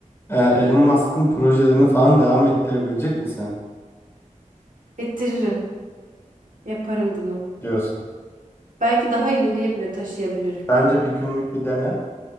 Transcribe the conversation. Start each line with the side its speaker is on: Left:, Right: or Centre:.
Left: E, Elon Musk'ın projelerini falan devam ettirebilecek misin
Right: Ettiririm. Yaparım bunu.
Left: diyorsun.
Right: Belki daha ileriye bile taşıyabilirim.
Left: Bence bir günlük bir dene.